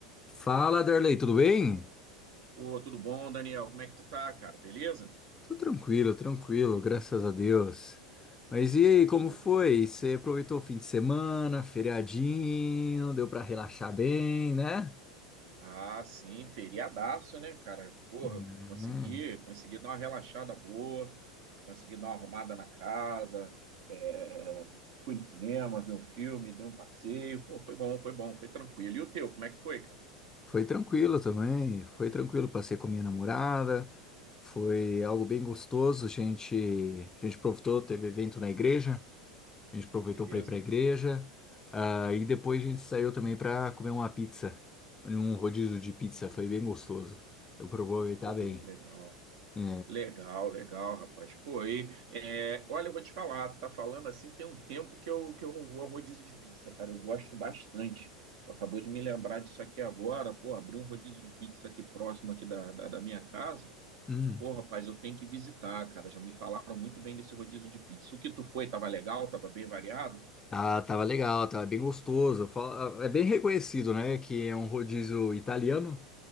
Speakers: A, on the left; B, on the right.
A: Fala, Darley, tudo bem?
B: Ô, tudo bom, Daniel? Como é que tu tá, cara? Beleza?
A: Tô tranquilo, tranquilo, graças a Deus. Mas e
B: Show.
A: aí, como foi? Você aproveitou o fim de semana, feriadinho, deu pra relaxar bem, né?
B: Ah, sim, feriadaço, né, cara? Porra,
A: Uhum.
B: consegui, consegui dar uma relaxada boa, consegui dar uma arrumada na casa, é, fui no cinema, vi um filme, dei um passeio. Pô, foi bom, foi bom, foi tranquilo. E o teu, como é que foi, cara?
A: Foi tranquilo também, foi tranquilo, passei com minha namorada, foi algo bem gostoso, a gente, a gente aproveitou, teve evento na igreja. A gente aproveitou
B: Beleza?
A: para ir para a igreja. ah, e depois a gente saiu também para comer uma pizza. Um rodízio de pizza. Foi bem gostoso. Eu aproveitar
B: Pô,
A: bem.
B: legal.
A: É.
B: Legal, legal, rapaz. Pô, aí, é, olha, eu vou te falar, tu tá falando assim, tem um tempo que eu, que eu não vou a rodízio de pizza, cara. Eu gosto bastante. Tu acabou de me lembrar disso aqui agora, pô, abri um rodízio de pizza aqui próximo aqui da, da, da minha casa.
A: Hum.
B: Pô, rapaz, eu tenho que visitar, cara. Já me falaram muito bem desse rodízio de pizza. O que tu foi, tava legal, tava bem variado?
A: Ah, tava legal, tava bem gostoso. Fa- É bem reconhecido, né? Que é um rodízio italiano,